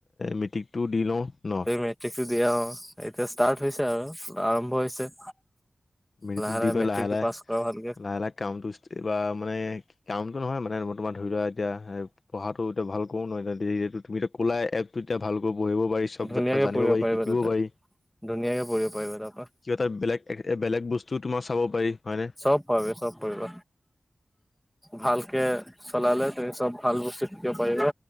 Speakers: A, on the left; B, in the centre.
A: মিটিকটো দি লওঁ। ন
B: এই মেট্ৰিকটো দিয়া অ এতিয়া ষ্টাৰ্ট হৈছে আৰু আৰম্ভ হৈছে।
A: মেটিকটো
B: লাহে
A: দি পেলাই
B: মেট্ৰিকটো
A: লাহে লাহে
B: পাছ কৰা ভালকে
A: লাহে লাহে কামটো এইবা মানে কামটো নহয় মানে মই তোমাৰ ধৰি লোৱা এতিয়া পঢ়াটো এতিয়া ভালকৈ নহৈছে দেৰিয়েটো তুমিটো ক'লাই এপটোত তেতিয়া ভালকৈ পঢ়িব পাৰি চব
B: ধুনীয়াকে
A: জা জানিব
B: পঢ়িব
A: পাৰি
B: পাৰিবা
A: শিকিব
B: তাতে
A: পাৰি।
B: ধুনীয়াকে পঢ়িব পাৰিবা তাৰপা
A: কিবা এটা বেলেগ এক বেলেগ বস্তু তোমাৰ চাব পাৰি। হয়নে
B: চব পাৰি চব পাৰিব ভালকে চলালে তুমি চব ভাল বস্তু শিকিব পাৰিবা